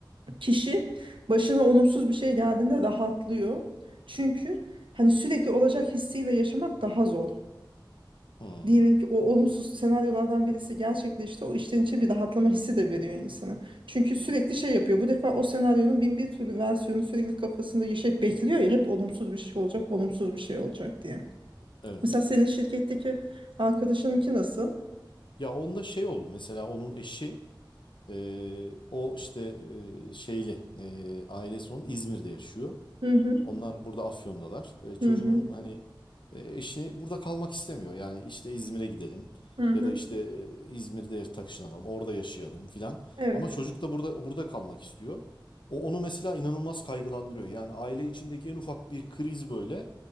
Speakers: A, on the right (about 80°); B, on the left (about 70°).
A: kişi başına olumsuz bir şey geldiğinde rahatlıyor. Çünkü hani sürekli olacak hissiyle yaşamak daha zor.
B: Hmm,
A: Diyelim ki o olumsuz senaryolardan birisi gerçekleşti. O işten için bir rahatlama hissi de veriyor insana. Çünkü sürekli şey yapıyor. Bu defa o senaryonun bin bir türlü versiyonu sürekli kafasında yaşayıp bekliyor ya hep olumsuz bir şey olacak, olumsuz bir şey olacak diye.
B: evet.
A: Mesela senin şirketteki arkadaşınınki nasıl?
B: Ya onda şey oldu mesela onun eşi e, o işte e, şeyli e, ailesi onun İzmir'de yaşıyor.
A: Hı hı
B: Onlar burada Afyon'dalar. E, çocuğun
A: hı hı
B: hani E, eşi burada kalmak istemiyor. Yani işte İzmir'e gidelim
A: hı.
B: ya
A: hı.
B: da işte e, İzmir'de taşınalım, orada yaşayalım filan.
A: Evet.
B: Ama çocuk da burada burada kalmak istiyor. O onu mesela inanılmaz kaygılandırıyor. Yani aile içindeki en ufak bir kriz böyle